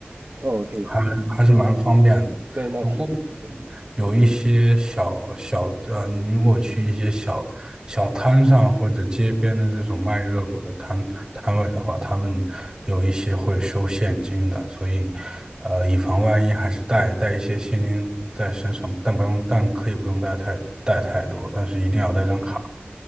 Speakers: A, on the right; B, on the right.
A: 哦，可以。
B: 还还是蛮方便的。
A: 那那挺普遍
B: 不过有一些小小呃，你如果去一些小小摊上或者街边的这种卖热狗的摊摊位的话，他们有一些会收现金的，所以呃，以防万一，还是带带一些现金在身上，但不用，但可以不用带太带太多，但是一定要带张卡。